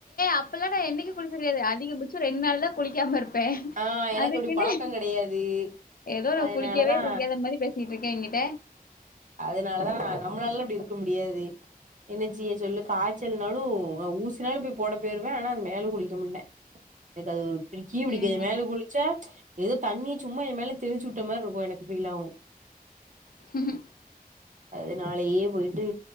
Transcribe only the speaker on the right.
ஆ எனக்கு
அப்டி பழக்கோ கெடையாது
அதனாலதா
அதனால தா நா நம்ளாலா இப்டி இருக்க முடியாது என்ன ஜெய்ய சொல்லு காய்ச்சல்னாலு நா ஊசினாலு போய் போட போயிருவே ஆனா மேலுக் குளிக்க மான்டே எனக்கது ஒரு பிடிக்கயே பிடிக்காது
மேலுக் குளி ச்சா ஏதோ தண்ணீ சும்மா ஏ மேல தெளிச்சி விட்ட மார் இருக்கு எனக்கு பீல் ஆவு
அதுனாலயே போய்ட்டு